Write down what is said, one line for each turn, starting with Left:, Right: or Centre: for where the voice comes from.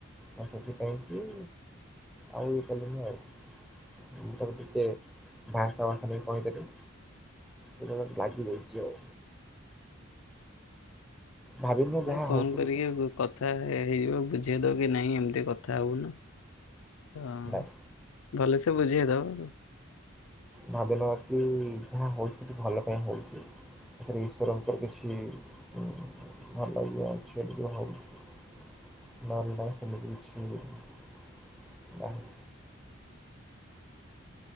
Centre: ତ ସେଥିପାଇଁକି ଆଉ ଇଏ କଲିନି ଆଉ। ମୁଁ ତାକୁ ଟିକେ ଭାଷା ଭାଷା ଦେଇ କହିଦେଲି। ସେ ମତେ ଗାଗି ଦଉଚି ଆଉ। ଭାବିନୁ ଯାହା
Left: ଫୋନ୍
Centre: ହଉଛି
Left: କରିକି
Centre: କିଛି
Left: କ କଥା ହେଇଯିବ ବୁଝେଇ ଦବ କି ନାଇଁ ଏମତି କଥା ହବୁନୁ। ତ
Centre: ନାଇଁ
Left: ଭଲସେ ବୁଝେଇଦବ ଆଉ।
Centre: ଭାବି ନବା କି ଯାହା ହଉଛି କିଛି ଭଲ ପାଇଁ ହଉଛି। ଏଥେରେ ଈଶ୍ୱରଙ୍କର କିଛି ଭଲ ଇଏ ଅଛି ବୋଲି କି ଭାବୁଛି। ନହେଲେ ନାହିଁ ସେମିତି କିଛି ନାହି।